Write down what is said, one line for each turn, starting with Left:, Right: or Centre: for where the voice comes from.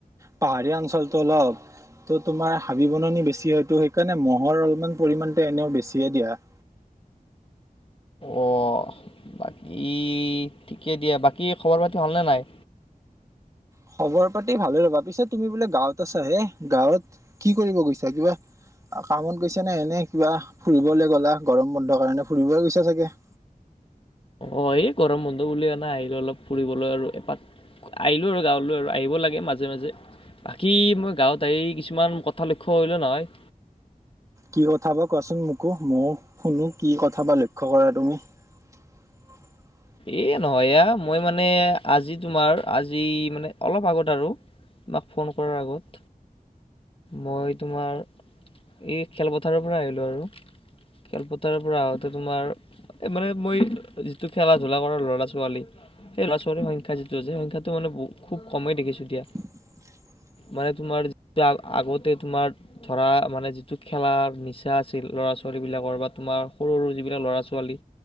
Right: পাহাৰীয়া অঞ্চলটো অলপ ত' তোমাৰ হাবি বননি বেছি হয়টো সেইকাৰণে মহৰ অলপমান পৰিমানতে এনেও বেছিয়ে দিয়া <inaudible>
Left: অ বাকী ঠিকে দিয়া বাকী খবৰ পাতি হালনে নাই
Right: খবৰ পাতি ভালে ল'বা পিছত তুমি বোলে গাঁৱত আছা হে গাঁৱত কি কৰিব গৈছা কিবা <inaudible> কামত গৈছা নে এনে কিবা ফুৰিবলে গ'লা গৰম বন্ধৰ কাৰণে ফুৰিব গৈছা চাগে <unintelligible>
Left: অ এই গৰম বন্ধ বুলি কানে আহিলে অলপ ফুৰিবলৈ আৰু এপাক আহিলোঁ আৰু গাঁৱলৈ আৰু আহিব লাগে মাজে মাজে কি মই গাঁৱত আহৰি কিছুমান কথা লক্ষ্য কৰিলোঁ নহয়
Right: কি কথা বা কোৱাচোন মোকো মইয়ো শুনো কি কথা বা লক্ষ্য কৰা তুমি <unintelligible>
Left: এ নহয় এ মই মানে আজি তোমাৰ আজি মানে অলপ আগত আৰু তোমাক ফোন কৰাৰ আগত মই তোমাৰ এই খেলপথাৰৰ পৰা আহিলোঁ আৰু খেলপথাৰৰ পৰা আহোঁতে তোমাৰ মানে মই যিটো খেলা ধূলা কৰা ল'ৰা ছোৱালী সেই ল'ৰা ছোৱালীৰ সংখ্যা যিটো আছে সংখ্যাটো মানে খুব কমেই দেখিছোঁ এতিয়া
Right: <unintelligible>
Left: মানে তোমাৰ যি আগতে তোমাৰ ধৰা মানে যিটো খেলাৰ নিচা আছিল ল'ৰা ছোৱালী বিাকৰ বা তোমাৰ সৰু সৰু যিবিলাক ল'ৰা ছোৱালী